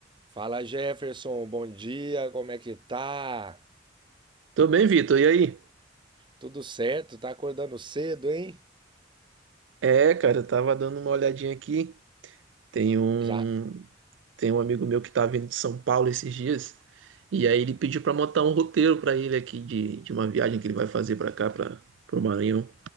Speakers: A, on the right; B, on the right.
A: Fala Jefferson, bom dia, como é que tá?
B: Tô bem, Vitor. E aí?
A: Tudo certo? Tá acordando cedo, hein?
B: É, cara, eu tava dando uma olhadinha aqui. Tem um,
A: Já,
B: tem um amigo meu que tá vindo de São Paulo esses dias. E aí ele pediu pra montar um roteiro pra ele aqui de, de uma viagem que ele vai fazer pra cá, para pro Maranhão.